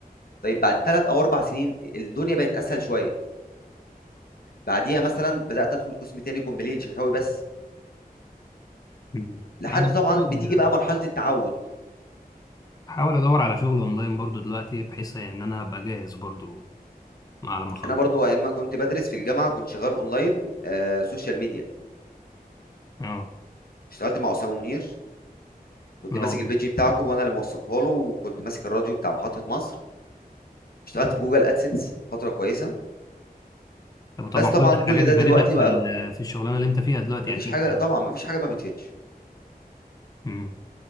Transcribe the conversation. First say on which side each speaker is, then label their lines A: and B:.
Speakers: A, on the left; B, on the left.
A: طيب بعد ثلاث او اربع سنين الدنيا بقت اسهل شويه بعديها مثلا بدات ادخل قسم تاني كومبلين شكاوي بس
B: مم.
A: لحد
B: أنا
A: طبعا
B: بحاول
A: بتيجي بقى مرحله التعود
B: احاول ادور على شغل اونلاين برضو دلوقتي بحيث ان انا ابقى جاهز برضو على ما اخلص
A: انا برضو ايام ما كنت بدرس في الجامعه كنت شغال اونلاين آه سوشيال ميديا
B: اه
A: اشتغلت مع اسامه منير كنت
B: لا
A: ماسك
B: والله
A: البيج بتاعته وانا اللي موثقها له وكنت ماسك الراديو بتاع محطه مصر اشتغلت في جوجل ادسنس فتره كويسه
B: طب طبعا
A: بس طبعا
B: كل
A: كل
B: الحاجات
A: ده
B: دي فادتك
A: دلوقتي
B: في
A: بقى
B: ال-
A: له
B: في الشغلانه اللي انت فيها دلوقتي
A: مفيش
B: اكيد
A: حاجه
B: كمان
A: طبعا مفيش حاجه ما بتفيدش
B: امم